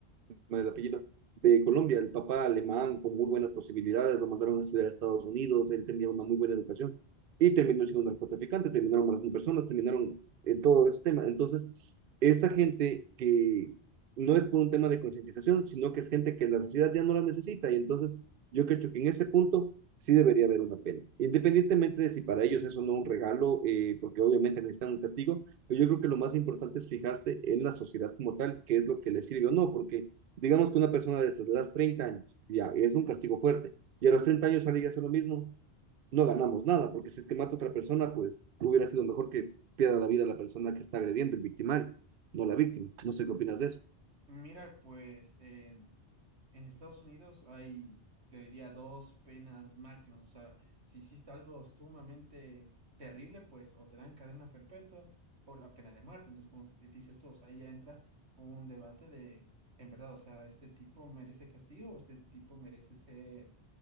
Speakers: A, on the right; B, on the right.
A: el apellido, de Colombia, el papá alemán con muy buenas posibilidades, lo mandaron a estudiar a Estados Unidos, él tenía una muy buena educación y terminó siendo un narcotraficante, terminaron matando personas, terminaron en eh, todo ese tema. Entonces, esa gente que no es por un tema de concientización, sino que es gente que la sociedad ya no la necesita. Y entonces, yo creo que en ese punto sí debería haber una pena. Independientemente de si para ellos eso no es un regalo, eh, porque obviamente necesitan un castigo, pero yo creo que lo más importante es fijarse en la sociedad como tal, qué es lo que les sirve o no, porque digamos que una persona de estas le das 30 años, ya, es un castigo fuerte, y a los 30 años sale y hace lo mismo, no ganamos nada, porque si es que mata a otra persona, pues hubiera sido mejor que pierda la vida la persona que está agrediendo, el victimario, no la víctima. No sé qué opinas de eso.
B: Mira, pues... eh, En Estados Unidos hay, te diría, dos penas máximas. O sea, si hiciste algo sumamente terrible, pues o te dan cadena perpetua o la pena de muerte. Entonces, como s- dices tú, o sea, ahí ya entra un debate de, en verdad, o sea, este tipo merece castigo o este tipo merece ser